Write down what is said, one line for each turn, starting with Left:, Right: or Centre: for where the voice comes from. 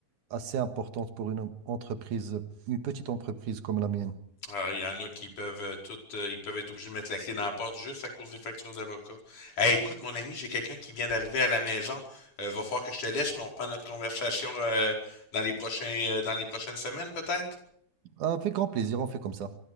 Right: assez importante pour une entreprise, une petite entreprise comme la mienne.
Left: Ah, Il y en a qui peuvent euh, toutes, euh, ils peuvent être obligés de mettre la clé dans la porte juste à cause des factures d'avocat. Hey, écoute, mon ami, j'ai quelqu'un qui vient d'arriver à la maison. Euh, va falloir que je te laisse, mais on reprend notre conversation euh, dans les prochains, euh, dans les prochaines semaines, peut-être?
Right: Avec grand plaisir, on fait comme ça.